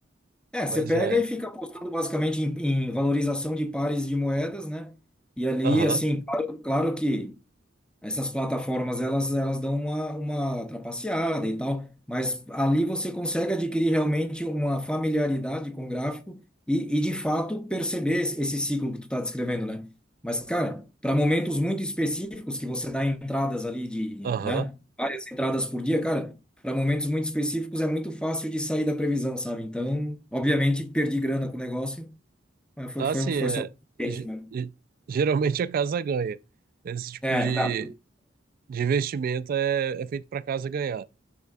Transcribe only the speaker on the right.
Mas
é,
aham,
aham.
Assim,
é,
ge-
ge- geralmente a casa ganha. Esse tipo
de,
de investimento é, é feito para a casa ganhar.